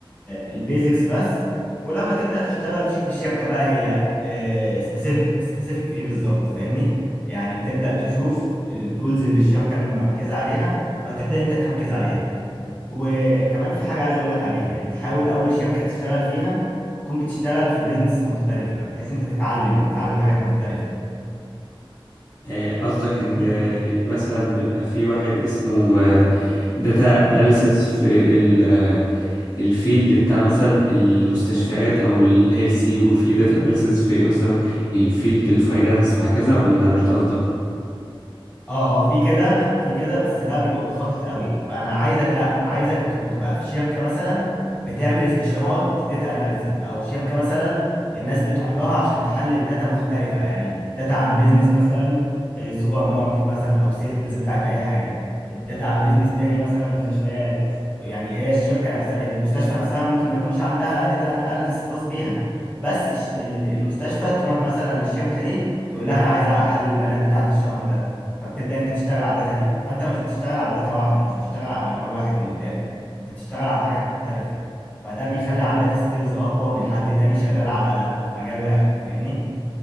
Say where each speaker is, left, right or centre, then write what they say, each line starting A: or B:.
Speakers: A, on the left; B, on the left.
A: البيزكس بس ولما تبدا تشتغل تشوف الشبكه بقى هي سبيسيفيك سبيسيفيك في ايه بالظبط فاهمني يعني بتبدا تشوف التولز اللي الشبكه مركزه عليها وهتبدأ انت تركز عليها وكمان في حاجة عايز اقول لك عليها يعني تحاول اول شركة تشتغل فيها تكون بتشتغل في بيزنس مختلفة بحيث انت تتعلم تتعلم حاجات مختلفة
B: آه، قصدك
A: فاهمني؟
B: ان آه، مثلا بيبقى في واحد اسمه داتا اناليسز في ال- الفيلد بتاع مثلا المستشفيات او الهيلسي وفي داتا اناليسز في مثلا الفيلد الفاينانس وهكذا ولا مش ده قصدك
A: اه هو في كده في كده بس ده بيبقى متخصص قوي فانا عايزك لا عايزك ت- تبقى في شركه مثلا بتعمل استشارات داتا اناليسيز او شركه مثلا الناس بتروح لها عشان تحلل داتا مختلفه يعني داتا عن بيزنس مثلا آه، سوبر ماركت مثلا او سيلز بتاعت اي حاجه الداتا عن بيزنس تاني مثلا مستشفيات يعني هي الشركه نفسها المستشفى نفسها ممكن ما يكونش عندها داتا اناليسيز خاص بيها بس الش- ال- المستشفى تروح مثلا للشركه دي تقول لها انا عايز احلل البيانات بتاعت الشهر ده فبتبدا انت تشتغل على الداتا دي فانت مش بتشتغل على داتا واحده مش بتشتغل على نوع واحد من الداتا بتشتغل على حاجات مختلفه فده بيخلي عندك سكيلز اقوى من حد تاني شغال على مجال واحد فاهمني